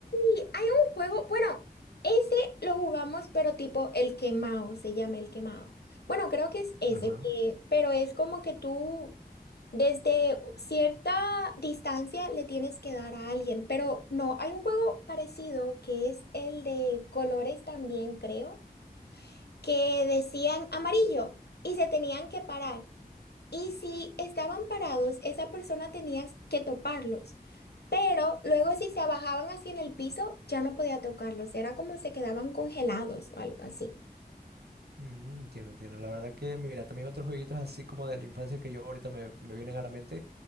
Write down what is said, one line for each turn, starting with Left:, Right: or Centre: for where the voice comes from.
Left: Y hay un juego, bueno, ese lo jugamos, pero tipo el quemado, se llama el quemado. Bueno, creo que es ese
Right: Ajá.
Left: que, pero es como que tú desde cierta distancia le tienes que dar a alguien, pero no, hay un juego parecido que es el de colores también, creo, que decían amarillo y se tenían que parar. Y si estaban parados, esa persona tenía que toparlos. Pero luego si se abajaban así en el piso, ya no podía tocarlos. Era como se quedaban congelados o algo así.
Right: Mm, entiendo, entiendo. La verdad que, mira, también otros jueguitos así como de la infancia que yo ahorita me, me vienen a la mente